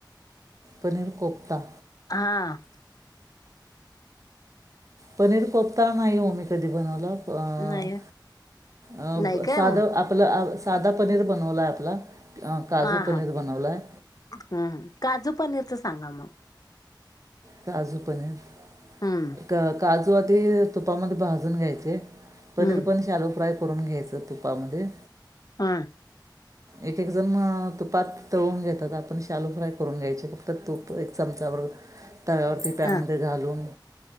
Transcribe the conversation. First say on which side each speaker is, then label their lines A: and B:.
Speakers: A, on the right; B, on the left.
A: पनीर कोफ्ता.
B: हां.
A: पनीर कोपता नाही ओ मी कधी बनवला. ध
B: नाही
A: आप
B: नाही काय
A: साधं
B: ह
A: आपल्या आवड साधा पनीर बनवलाय आपला. अ, काजू
B: आ
A: पनीर
B: हा
A: बनवला आहे
B: हम् काजू पनीर तर सांगा मग.
A: काजू पनीर
B: हम्म
A: का काजू आधी तुपामध्ये भाजून घ्यायचे. पनीर
B: हम्म
A: पण शालो फ्राय करून घ्यायचं तुपामध्ये.
B: हा.
A: एक एक जण तुपात तळून घेतात आपण शालू फ्राय करून घ्यायचे फक्त तूप एक चमचा. त्या तव्यावरती पॅन
B: ह
A: मध्ये घालून.